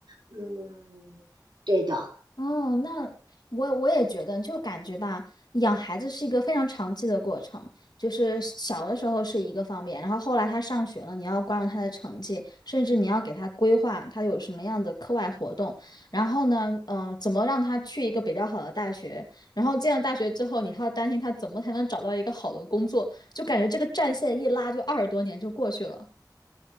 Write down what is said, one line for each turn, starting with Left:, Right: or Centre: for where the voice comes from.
Right: 嗯，对的。
Left: 哦，那我我也觉得，就感觉吧，养孩子是一个非常长期的过程，就是小的时候是一个方面，然后后来他上学了，你要关注他的成绩，甚至你要给他规划他有什么样的课外活动，然后呢，嗯、怎么让他去一个比较好的大学，然后进了大学之后，你还要担心他怎么才能找到一个好的工作，就感觉这个战线一拉就二十多年就过去了。